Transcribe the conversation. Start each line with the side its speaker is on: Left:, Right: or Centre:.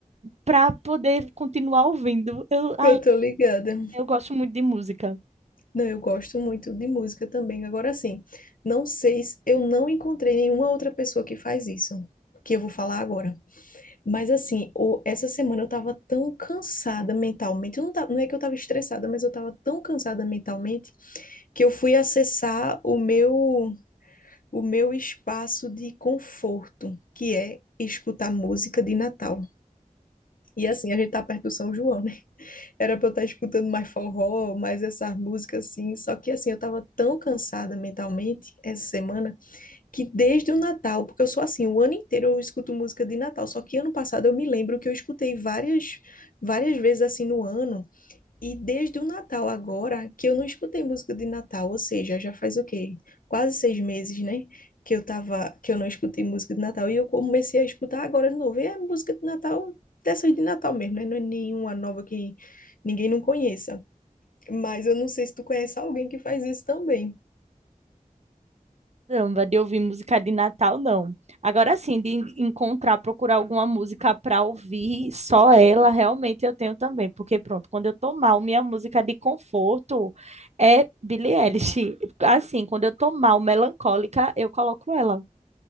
Right: para poder continuar ouvindo. Eu, ai,
Left: Eu tô ligada.
Right: eu gosto muito de música.
Left: Não, eu gosto muito de música também. Agora sim, não sei se eu não encontrei nenhuma outra pessoa que faz isso, que eu vou falar agora. Mas assim, o- essa semana eu tava tão cansada mentalmente. Eu Não, ta- não é que eu tava estressada, mas eu tava tão cansada mentalmente que eu fui acessar o meu, o meu espaço de conforto, que é escutar música de Natal. E assim, a gente tá perto do São João, né? Era pra eu estar escutando mais forró, mais essas músicas assim. Só que assim, eu tava tão cansada mentalmente essa semana que desde o Natal, porque eu sou assim, o ano inteiro eu escuto música de Natal. Só que ano passado eu me lembro que eu escutei várias, várias vezes assim no ano. E desde o Natal agora, que eu não escutei música de Natal, ou seja, já faz o quê? Quase seis meses, né? Que eu tava, que eu não escutei música de Natal. E eu comecei a escutar agora de novo. E é música de Natal, dessas de Natal mesmo, né? Não é nenhuma nova que ninguém não conheça. Mas eu não sei se tu conhece alguém que faz isso também.
Right: Caramba, de ouvir música de Natal, não. Agora sim, de en- encontrar, procurar alguma música para ouvir, só ela, realmente eu tenho também. Porque, pronto, quando eu tô mal, minha música de conforto é Billie Eilish. Assim, quando eu tô mal, melancólica, eu coloco ela.